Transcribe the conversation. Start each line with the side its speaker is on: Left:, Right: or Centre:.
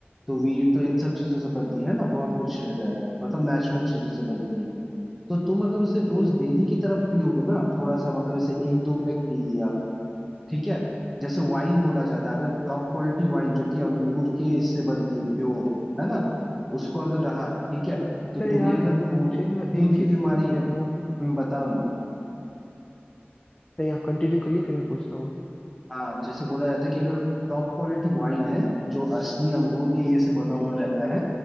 Centre: तो वीट तो इन सब चीजों से बनती है ना बहुत कुछ रहता है मतलब नेचुरल चीजों से बनती है तो तुम अगर उसे रोज डेली की तरफ पियोगे ना थोड़ा सा मतलब ऐसे एक दो पैक पी लिया ठीक है जैसे वाइन बोला जाता है अगर टॉप क्वालिटी वाइन जो कि अंगूर के इससे बनती है प्योर है ना उसको अगर रहा ठीक है
Left: अच्छा
Centre: तो
Left: यार
Centre: तुम्हें अगर खून
Left: मुझे
Centre: खून
Left: ना एक चीज
Centre: की बीमारी
Left: ये बताओ
Centre: है
Left: आप
Centre: तुम बताओ ना
Left: नहीं आप कंटिन्यू करिए फिर मैं पूछता हूँ
Centre: हाँ जैसे बोला जाता है कि अगर टॉप क्वालिटी वाइन है जो असली अंगूर के ये से बना हुआ रहता है